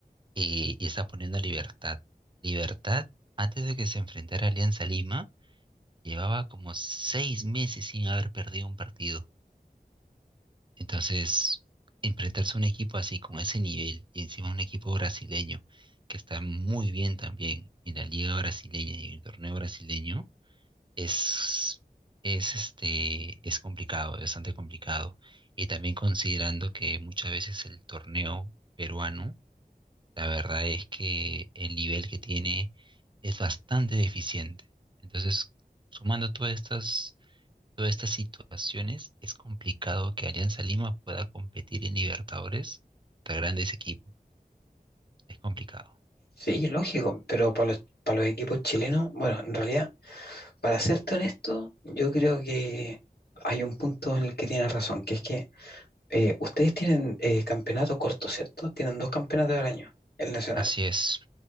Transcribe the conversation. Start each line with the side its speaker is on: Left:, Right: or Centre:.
Right: y, y estás poniendo a Libertad. Libertad, antes de que se enfrentara a Alianza Lima, llevaba como seis meses sin haber perdido un partido. Entonces, enfrentarse a un equipo así, con ese nivel, y encima un equipo brasileño, que está muy bien también en la liga brasileña y en el torneo brasileño, es, es, este, es complicado, es bastante complicado. Y también considerando que muchas veces el torneo peruano, la verdad es que el nivel que tiene es bastante deficiente. Entonces, sumando todas estas, todas estas situaciones, es complicado que Alianza Lima pueda competir en Libertadores contra grandes equipos. Es complicado.
Left: Sí, lógico, pero para los, para los equipos chilenos, bueno, en realidad, para serte honesto, yo creo que hay un punto en el que tienes razón, que es que eh, ustedes tienen eh, campeonato corto, ¿cierto? Tienen dos campeonatos al año, el nacional.
Right: Así es.